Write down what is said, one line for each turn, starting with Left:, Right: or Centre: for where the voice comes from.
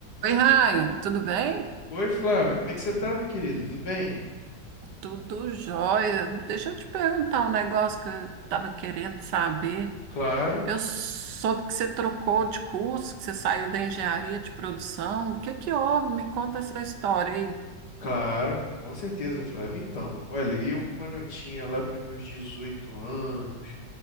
Right: Oi, Raia, tudo bem?
Left: Oi, Flávia, como é que você tá, minha querida? Tudo bem?
Right: Tudo jóia. Deixa eu te perguntar um negócio que eu estava querendo saber.
Left: Claro,
Right: Eu soube que você trocou de curso, que você saiu da engenharia de produção. O que que houve? Me conta essa história aí.
Left: claro, com certeza, Flávia. Então, olha, eu quando eu tinha lá para os meus 18 anos,